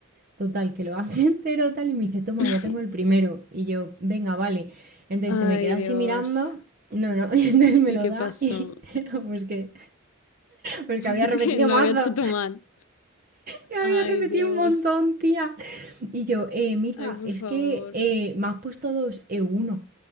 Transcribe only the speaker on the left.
<laughs>
Ay,
Dios.
¿Y
qué
pasó?
<laughs>
Que lo
había hecho todo mal.
Ay,
Dios.
Ay, por
favor.